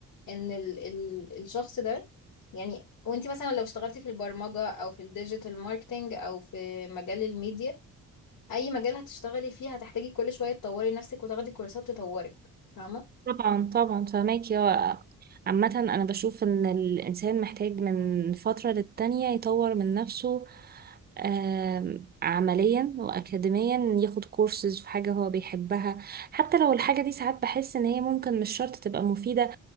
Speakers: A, on the left; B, on the right.
A: ان ال ال الشخص ده يعني وانت مثلا لو اشتغلتي في البرمجة او في الديجيتال ماركتينج او في مجال الميديا اي مجال هتشتغلي فيه هتحتاجي كل شوية تطوري نفسك وتاخدي كورسات تطورك فاهمة
B: طبعا طبعا فهماك يا عامة أنا بشوف إن الإنسان محتاج من فترة للتانية يطور من نفسه آم، عمليا وأكاديميا ياخد كورسز في حاجة هو بيحبها حتى لو الحاجة دي ساعات بحس إن هي ممكن مش شرط تبقى مفيدة